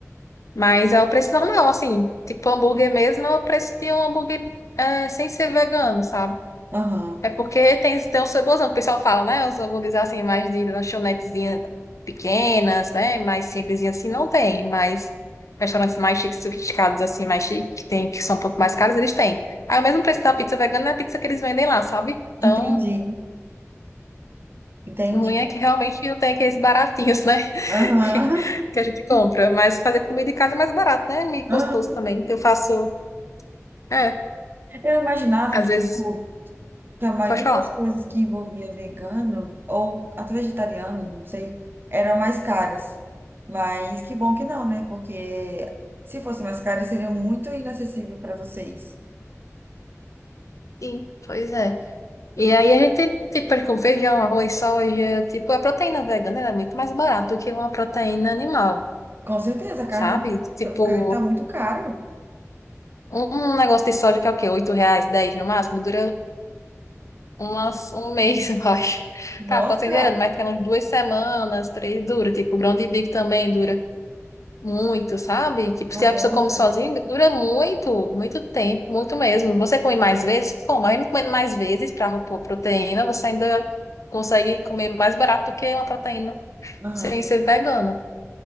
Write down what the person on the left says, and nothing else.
mas é o preço normal, assim. Tipo, hambúrguer mesmo é o preço de um hambúrguer é, sem ser vegano, sabe?
É porque tem, tem os saborzão, que o pessoal fala, né? Os hambúrgueres assim, mais de lanchonetezinhas pequenas, né? Mais simplesinhas assim, não tem, mas restaurantes mais chiques, sofisticados, assim, mais chiques, que tem, que são um pouco mais caros, eles têm. Aí o mesmo preço da pizza vegana é a pizza que eles vendem lá, sabe? Então,
o ruim é que realmente não tem aqueles baratinhos, né?
<laughs> Que a gente compra. Mas fazer comida em casa é mais barato, né? E gostoso
também. Então eu faço. É,
às
vezes.
Pode falar.
Sim, pois é. E aí a gente, tipo, com feijão, arroz, soja, tipo, a proteína vegana ela é muito mais barata do que uma proteína animal,
sabe?
Tipo,
um negócio de soja que é o quê? oito reais, 10 no máximo, dura umas, um mês, <laughs> eu acho.
Tá, pode ser gerando, mas tem umas duas semanas, três dura. Tipo, o grão de bico também dura muito, sabe? Tipo,
se a pessoa
come
sozinha, dura muito, muito tempo, muito mesmo. Você come mais vezes? Como? Mesmo comendo mais vezes para proteína, você ainda consegue comer mais barato do que uma proteína
sem ser vegana,